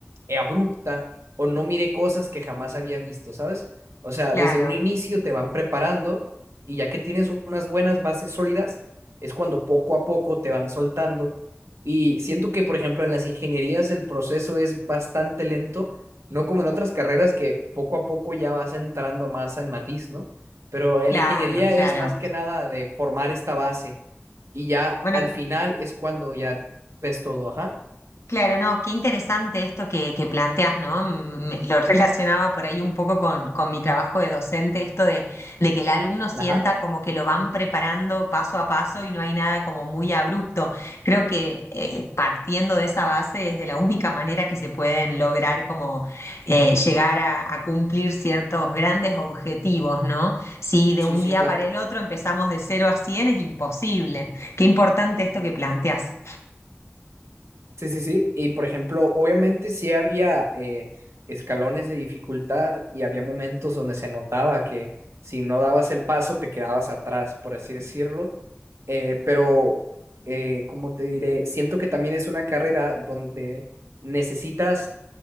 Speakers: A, on the right; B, on the left.
A: eh, abrupta o no miré cosas que jamás había visto, ¿sabes? O sea,
B: Claro,
A: desde un inicio te van preparando y ya que tienes unas buenas bases sólidas, es cuando poco a poco te van soltando. Y siento que, por ejemplo, en las ingenierías el proceso es bastante lento, no como en otras carreras que poco a poco ya vas entrando más en matiz, ¿no? Pero en
B: claro,
A: la ingeniería es
B: claro.
A: más que nada de formar esta base y ya
B: Bueno,
A: al final es cuando ya ves todo, ajá,
B: Claro, no, qué interesante esto que, que planteas, ¿no? Mm, me- Lo <laughs> relacionaba por ahí un poco con, con mi trabajo de docente, esto de, de que el alumno sienta
A: ajá,
B: como que lo van preparando paso a paso y no hay nada como muy abrupto. Creo que eh, partiendo de esa base es de la única manera que se pueden lograr como eh, llegar a, a cumplir ciertos grandes objetivos, ¿no? Si de
A: sí,
B: un
A: sí,
B: día
A: claro.
B: para el otro empezamos de cero a 100 es imposible. Qué importante esto que planteas.
A: Sí, sí, sí. Y por ejemplo, obviamente sí había eh, escalones de dificultad y había momentos donde se notaba que si no dabas el paso te quedabas atrás, por así decirlo. Eh, pero, eh, ¿cómo te diré? Siento que también es una carrera donde necesitas